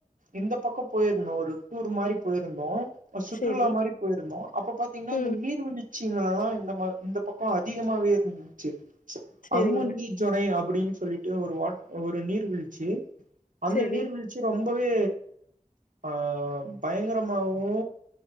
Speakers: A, on the right; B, on the left.
A: இந்த பக்கோ போயிருந்தோ ஒரு டூர் மாரி போயிருந்தோ ஒரு சுற்றுலா
B: செரி
A: மாரி போயிருந்தோ அப்ப பாத்தீங்கன்னா
B: ம்
A: இந்த நீர் வீழ் ச்சி எல்லா இந்த பக்கோ அதிகமாவே இருந்துச்சு
B: செரிங்க
A: அங்க வந்தி ச்சோனை அப்டின்னு சொல்லிட்டு ஒரு வாட் ஒரு நீர்வீழ்ச்சி அந்த
B: செரி
A: நீர்வீழ்ச்சி ரொம்ப வே அ‌‌ பயங்கரமாவு